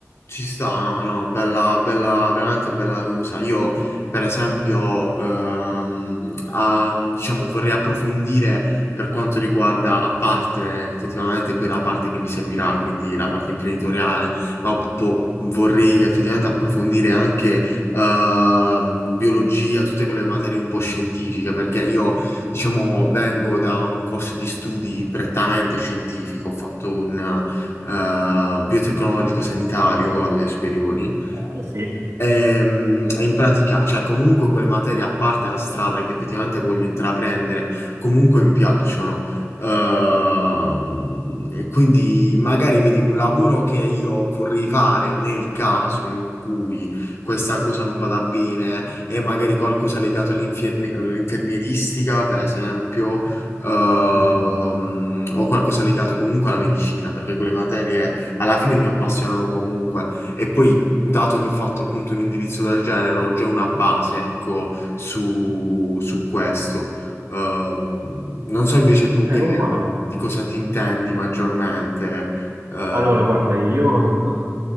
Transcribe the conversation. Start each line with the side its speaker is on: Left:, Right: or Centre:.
Left: Ci sta, no, no, bella, bella, veramente bella cosa. Io, per esempio, ehm, a- diciamo, vorrei approfondire per quanto riguarda, a parte effettivamente poi la parte che mi servirà, quindi la parte imprenditoriale, ma po- vorrei effettivamente approfondire anche ehm, biologia, tutte quelle materie un po' scientifiche, perché io, diciamo, vengo da un corso di studi prettamente scientifico, ho fatto un eh, biotecnologico sanitario alle superiori,
Right: Ecco, sì.
Left: Ehm, E, in pratica, cioè comunque quelle materie, a parte la strada che effettivamente voglio intraprendere, comunque mi piacciono. Ehm, e quindi magari vedi un lavoro che io vorrei fare nel caso in cui questa cosa non vada bene e magari qualcosa legato all'infermi- all'infermieristica, per esempio, ehm,
Right: Mhm.
Left: o qualcosa legato comunque alla medicina, perché quelle materie alla fine mi appassionano comunque. E poi, dato che ho fatto appunto un indirizzo del genere, ho già una base, ecco, su, su questo. Ehm, non so invece tu
Right: Eh,
Left: che,
Right: non male.
Left: mhmm, di cosa ti intendi maggiormente. Eh,
Right: Allora, guarda, io <laughs>